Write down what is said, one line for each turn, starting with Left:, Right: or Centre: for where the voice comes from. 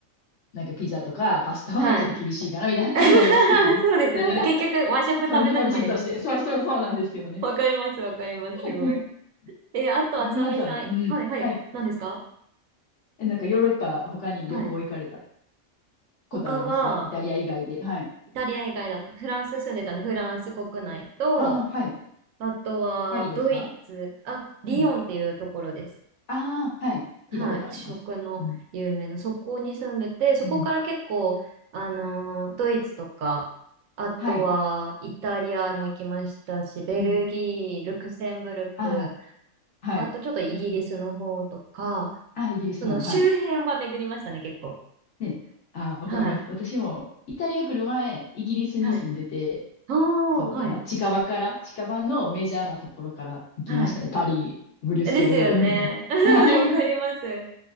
Left: なんかピザとかパスタはちょっと厳しいかなみたいな思いますけどね。
Right: はい。<laughs> そうですね。
Left: <laughs>
Right: 結局、和食食べたくなりますよね。
Left: そう、日本人として。そうそうそうなんですよね。
Right: わかります、わかります、
Left: <laughs>
Right: すごい。えーあと、
Left: え、
Right: あさみさん。
Left: ひなさん、うん。
Right: はい、はい。
Left: はい。
Right: 何ですか
Left: え、なんかヨーロッパ他に旅行行かれた
Right: はい。
Left: ことありますイタリア以外で。
Right: 他は、
Left: はい。
Right: イタリア以外だと、フランス住んでたんで、フランス国内と、
Left: ああ、はい。
Right: あとは、
Left: パリですか
Right: ドイツ、あ、リヨンっていうところです。
Left: うん。ああ、はい。聞いたことあります。
Right: はい。食の有名な、
Left: うん。
Right: そこに住んでて、そこから結構、
Left: うん。
Right: あのードイツとか、あとは、
Left: はい。
Right: イタリアも行きましたし、ベルギー、
Left: うん。
Right: ルクセンブルク、
Left: ああ、はい。
Right: あとちょっとイギリスの方とか、
Left: ああ、イギリスも。
Right: その周辺は巡りましたね、
Left: はい。
Right: 結構。
Left: ね。ああ、
Right: はい。
Left: わかります。私もイタリア来る前、イギリスに住んでて、
Right: はい。ああ、
Left: そう、
Right: はい。
Left: まあ、近場から、近場のメジャーなところから行きましたね。
Right: はい。
Left: パリ、ブリュッセル、
Right: ですよね。
Left: <laughs> みたいな。
Right: <laughs>
Left: はい。
Right: わかります。